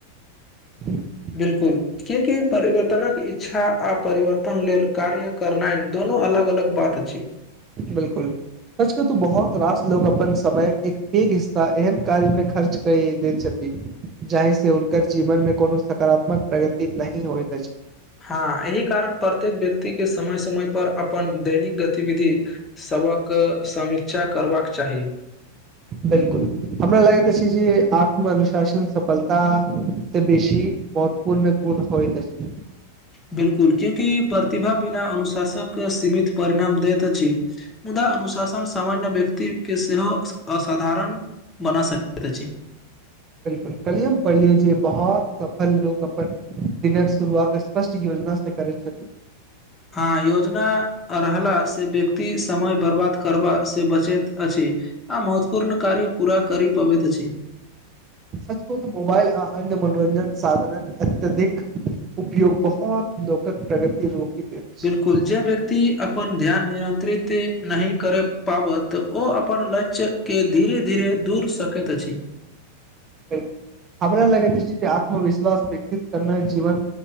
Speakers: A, on the right (about 30°); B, on the left (about 20°).
A: <unintelligible>
B: बिलकुल के केपरिवर्तनक इच्छा आ परिवर्तन अपन लेल कार्य करनाए दोनोू अलग अलग पाठ अछि
A: बिलकुल सच कहू तो बहुत रास लोग अपन समय एक हिस्सा एहन कार्य में खर्च कए दे छथिन जाए से हूनकर जीवन में कोनो सकारात्मक प्रगति नहीं होइत अछि
B: हँ एहि कारण प्रत्येक व्यक्ति केँ समय समय पर अपन दैनिक गतिविधि सभक समीक्षा करबाक चाही
A: बिल्कुल हमरा लागैत छै जे आत्मनुशासन सफलता से बेसी मत्वपूर्ण गुण होत अछि
B: बिल्कुल क्योकि प्रतिभा बिना अनुशास कऽ कऽ सीमित परिणाम दैत अछि मुदा अनुशासन सामान्य व्यक्ति केँ सेहो असाधारण बना सकैत अछि
A: बिल्कुल कल्हि हम पढ़लियें जे बहुत सफल लोक अपन दिनक शुरुआत स्पष्ट योजना से करैत छथि
B: हँ योजना रहला से व्यक्ति समय बर्बाद करबा से बचैत अछि आ महत्वपूर्ण कार्य पूरा करी पाबैत अछि
A: सच कहू तऽ मोबाइल आ अन्य मनोरंजन साधनक अत्यधिक उपयोग बोहोत लोक प्रगति रोकी देत छै
B: कुल जे व्यक्ति अपन ध्यान नियंत्रित नही करब पाबत ओ अपन लक्ष्य केँ धीरे धीरे दूर सकैत अछि
A: <unintelligible> हमरा लगेैत जे आत्मविश्वास विकसित करनाई जीवन